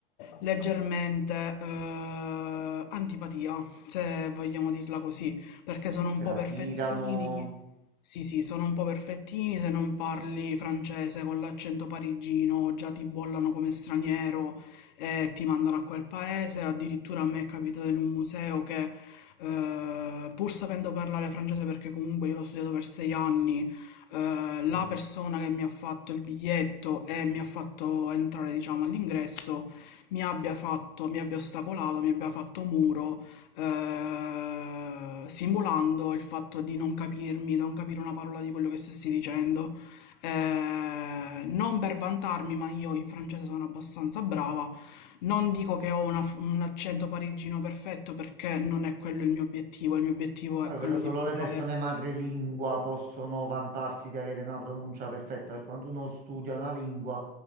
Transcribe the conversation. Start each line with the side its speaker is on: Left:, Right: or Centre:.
Left: leggermente eh, antipatia, se vogliamo dirla così, perché sono
Right: Se
Left: un po'
Right: la
Left: perfettini.
Right: tirano...
Left: Sì, sì, sono un po' perfettini, se non parli francese con l'accento parigino già ti bollano come straniero, e ti mandano a quel paese. Addirittura a me è capitato in un museo che, eh, pur sapendo parlare francese, perché comunque io l'ho studiato per sei anni, eh, la persona che mi ha fatto il biglietto e mi ha fatto entrare, diciamo, all'ingresso, mi abbia fatto, mi abbia ostacolato, mi abbia fatto muro, eh, simulando il fatto di non capirmi, di non capire una parola di quello che stessi dicendo. Eh, non per vantarmi, ma io in francese sono abbastanza brava non dico che ho una f- un accento parigino perfetto perché non è quello il mio obiettivo, il mio obiettivo
Right: Vabbè,
Left: è quello
Right: quello solo
Left: di parlare.
Right: le persone madrelingua possono vantarsi di avere una pronuncia perfetta. Per quanto uno studia una lingua,